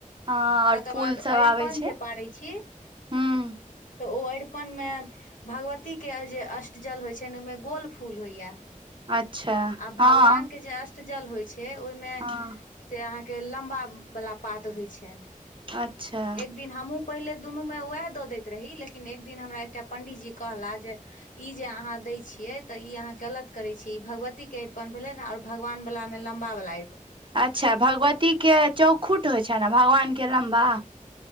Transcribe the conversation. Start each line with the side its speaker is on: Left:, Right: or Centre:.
Right: हँ आओर
Left: तकर
Right: फूल
Left: बाद
Right: सब
Left: अरिपन
Right: आबै छै
Left: जे पारै छी
Right: हूँ
Left: तऽ ओ अरिपनमे भगवतीके जे अष्टजल होइ छैन ओइमे गोल फूल होइए
Right: अच्छा
Left: आ भगवान
Right: हँ
Left: के जे अष्ट -ट जल होइ छै ओइमे
Right: हँ
Left: से अहाँके लम्बा बला पात होइ छैन
Right: अच्छा
Left: दिन हमहूँ पहिले दुनू मे उएह दऽ दैत रही लेकिन एकदिन हमरा एकटा पंडीजी कहला जे ई जे अहाँ दय छियै तऽ ई अहाँ गलत करे छी ई भगवती के अरिपन भेले आर भगवान बलामे लम्बावला
Right: अच्छा भगवतीके चौखुट होइ छैन अ भगवानके लम्बा